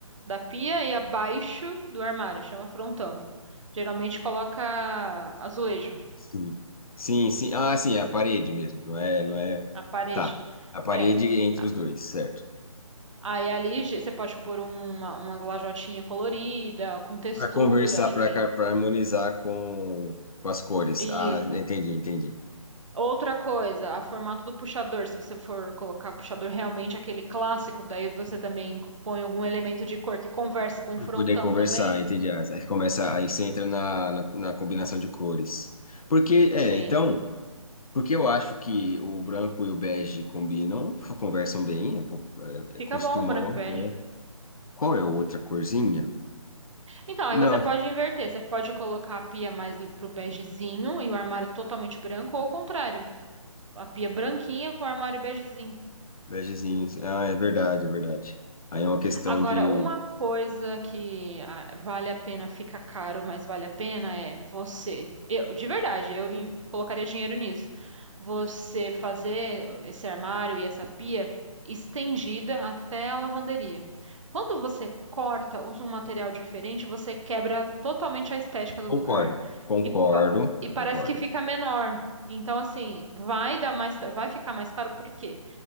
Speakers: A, on the right; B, on the left.
A: da pia e abaixo do armário, chama frontão. Geralmente coloca azulejo
B: Sim. Sim, sim. Ah, sim, é a parede mesmo. Não é, não é.
A: a parede.
B: Tá. A parede
A: É.
B: entre
A: A-
B: os dois, certo?
A: Aí ali ge- você pode pôr uma, uma lajotinha colorida, com textura,
B: Para conversar,
A: enfim.
B: para para harmonizar com, com as cores.
A: Isso.
B: Ah, entendi, entendi.
A: Outra coisa, a formato do puxador. Se você for colocar puxador realmente aquele clássico, daí você também põe algum elemento de cor que conversa com
B: Para
A: o frontão
B: poder conversar,
A: também.
B: entendi. Ah, Aí começa, aí você entra na, na, na combinação de cores. Porque, é,
A: Sim.
B: então, porque eu acho que o branco e o bege combinam, conversam bem, é, po- é,
A: Fica
B: é- costumam.
A: bom, branco e bege.
B: é. Qual é a outra corzinha?
A: Então, aí
B: Não,
A: você pode inverter. Você pode colocar a pia mais l- pro begezinho e o armário totalmente branco, ou ao contrário, a pia branquinha com o armário begezinho.
B: vegezinhos. Ah, é verdade, é verdade. Aí é uma questão
A: Agora,
B: de.
A: uma coisa que ah, vale a pena, fica caro, mas vale a pena é você. Eu, de verdade, eu em- colocaria dinheiro nisso. Você fazer esse armário e essa pia estendida até a lavanderia. Quando você corta, usa um material diferente, você quebra totalmente a estética do lugar
B: Concordo, concordo,
A: e, pa- e parece
B: concordo.
A: que fica menor. Então, assim, vai dar mais, vai ficar mais caro, por quê?